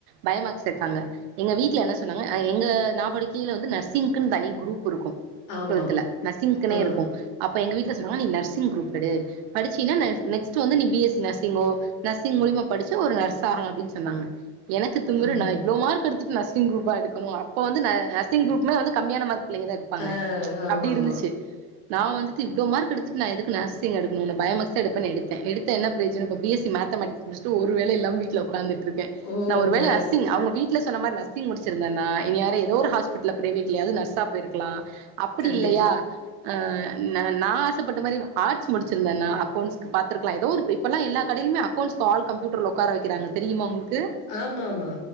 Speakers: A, on the right (about 80°); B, on the left (about 70°).
A: பயோமேக்ஸ் சேத்தாங்க எங்க வீட்ல என்ன சொன்னாங்க எங்க நாபடிக்கையில வந்து நர்சிங்குன் தனி குரூப் இருக்கு
B: ஆமா
A: டுவெல்தல நர்சிங்குனே
B: ஆ
A: இருக்கு அப்ப எங்க வீட்ல சொன்னாங்கா நீ நர்சிங் குரூப் எடு படிச்சீன்னா நெக்ஸ்ட் வந்து நீ பி எஸ் சி நர்சிங்கோ நர்சிங் மூலிமா படிச்சு ஒரு நர்ஸ் ஆகலா அப்டின்னு சொன்னாங்க எனக்கு திமுரு
B: ஆ
A: நா இவ்ளோ மார்க் எடுத்துட்டு நர்சிங் குரூப்பாலா எடுக் அப்ப வந்து நர்சிங் குரூப்னா வந்து கம்மியான மார்க் புள்ளைங்கதா எடுப்பாங்க
B: ஆ ஆமாமா.
A: அப்டி இருந்துச்சு நா வந்து இவ்ளோ மார்க் எடுத்துட்டு நா எதுக்கு நர்சிங் எடுக்ணு பயோ மேக்ஸ் எடுப்பேனு எடுத்தே எடுத்து என்ன பிரோஜனம் இப்ப பி எஸ் சி மேத்தமேட்டிக்ஸ் முட்சிட்டு ஒரு வேல இல்லாம வீட்ல ஒக்காந்துட்ருக்கே
B: ஓ!
A: நா ஒரு வேல
B: மேக்ஸு
A: நர்சிங் அவுங்க வீட்ல சொன்ன மாரி நர்சிங் நர்சிங் முடிச்சிருந்தனா இனி நேரோ எதோ ஒரு ஹாஸ்பிட்ல்ல பிரைவேட்லயாவது நர்ஸா பொயிருக்லா அப்டி
B: கண்டிப்பா.
A: இல்லையா அ நா நா ஆசப்பட்ட மாரி ஆர்ட்ஸ் முடிச்சிருந்தனா அக்கவுண்ட்ஸ்க்கு பாத்திருக்கலா எதோ ஒரு இப்பல்லா எல்லா கடையிலுமே அக்கவுண்ட்ஸ்க்கு ஆள் கம்யூட்டர்ல ஒக்கார வக்கிறாங்க தெரியமா உங்களுக்கு
B: ஆமாமா.